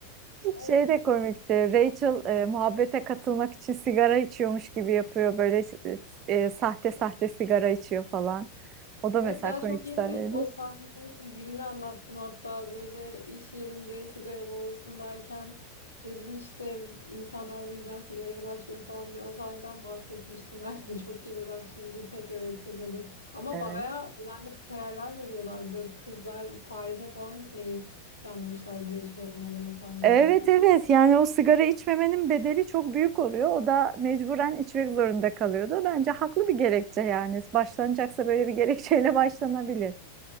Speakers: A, on the left; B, on the right.
A: <laughs>
B: Şey de komikti. Rachel e, muhabbete katılmak için sigara içiyormuş gibi yapıyor. Böyle e, sahte sahte sigara içiyor falan. O da
A: Evet
B: mesela
A: daha
B: komik
A: çok
B: bir sahneydi.
A: yeni o sahneyi birini anlattım hatta böyle iş yerinde sigara molasındayken dedim işte insanlar bu yüzden sigaraya başlıyor falan diye o sahneden bahsetmiştim. <laughs> Ben de çok yeni bak şimdi tekrar hatırladım. Ama
B: Evet.
A: bayağı önemli kararlar veriyorlardı. Kızlar Paris'e falan gitmeyi planlamışlardı Rachel olmadan o sahnede
B: Evet
A: değil mi?
B: evet yani o sigara içmemenin bedeli çok büyük oluyor. O da mecburen içmek zorunda kalıyordu. Bence haklı bir gerekçe yani. Başlanacaksa böyle bir <laughs> gerekçeyle başlanabilir.